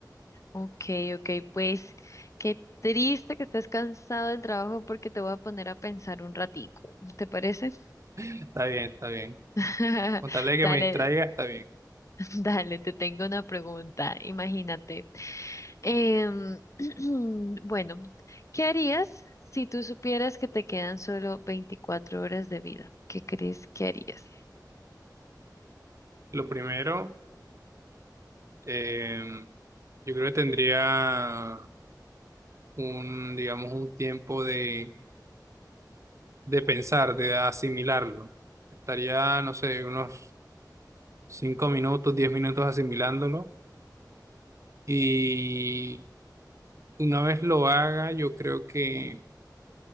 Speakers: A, on the left; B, on the right.
A: Ok, ok, pues qué triste que estés cansado del trabajo porque te voy a poner a pensar un ratico. ¿Te parece?
B: está bien, está bien.
A: <laughs>
B: Con tal de que
A: Dale,
B: me distraiga, está bien.
A: dale, te tengo una pregunta. Imagínate. Em, <clears throat> bueno, ¿qué harías si tú supieras que te quedan solo 24 horas de vida? ¿Qué crees que harías?
B: Lo primero, eh, yo creo que tendría un, digamos, un tiempo de, de pensar, de asimilarlo. Estaría, no sé, unos cinco minutos, 10 minutos asimilándolo y una vez lo haga, yo creo que